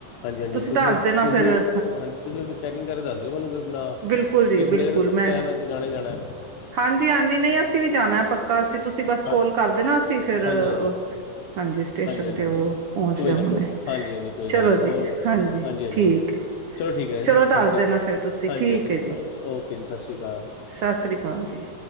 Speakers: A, on the left; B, on the right.
A: ਹਾਂਜੀ ਹਾਂਜੀ ਤੁਸੀਂ
B: ਦੱਸ ਦੇਣਾ
A: ਤੁਸੀਂ
B: ਫਿਰ
A: ਹਾਂਜੀ ਤੁਸੀਂ ਆਪਣੀ ਪੈਕਿੰਗ ਕਰਕੇ ਦੱਸ ਦਿਓ ਮੈਨੂੰ ਨਾ
B: ਬਿਲਕੁਲ ਜੀ
A: ਦੇਖੋ ਮੇਰੇ
B: ਬਿਲਕੁਲ
A: ਦਾ ਪੱਕਾ
B: ਮੈਂ
A: ਐਮ ਜਾਣਾ ਹੀ ਜਾਣਾ।
B: ਹਾਂਜੀ- ਹਾਂਜੀ ਨਹੀਂ ਅਸੀਂ ਵੀ ਜਾਣਾ ਪੱਕਾ ਅਸੀਂ, ਤੁਸੀਂ ਬਸ
A: ਹਾਂ
B: ਕੋਲ ਕਰ ਦੇਣਾ, ਅਸੀਂ ਫਿਰ
A: ਹਾਂਜੀ ਹਾਂਜੀ
B: ਉਸ ਹਾਂਜੀ ਸਟੇਸ਼ਨ
A: ਹਾਂਜੀ
B: ਤੇ ਉਹ
A: ਹਾਂਜੀ
B: ਪਹੁੰਚ
A: ਕੋਈ
B: ਜਾਵਾਂਗੇ,
A: ਨਾ ਕੋਈ ਨਾ ਹਾਂਜੀ ਹਾਂਜੀ ਕੋਈ
B: ਚਲੋ
A: ਗੱਲ ਨਹੀਂ
B: ਜੀ
A: ਹੋਰ
B: ਹਾਂਜੀ
A: ਹਾਂਜੀ
B: ਠੀਕ ਹੈ।
A: ਠੀਕ ਹੈ
B: ਚਲੋ
A: ਸਤਿ
B: ਦੱਸ
A: ਸ਼੍ਰੀ
B: ਦੇਣਾ
A: ਅਕਾਲ
B: ਫਿਰ ਤੁਸੀਂ
A: ਹਾਂਜੀ
B: ਠੀਕ
A: ਹਾਂਜੀ
B: ਹੈ ਜੀ।
A: ਓਕੇ ਜੀ ਸਤਿ ਸ਼੍ਰੀ ਅਕਾਲ
B: ਸਤਿ ਸ੍ਰੀ ਅਕਾਲ ਜੀ।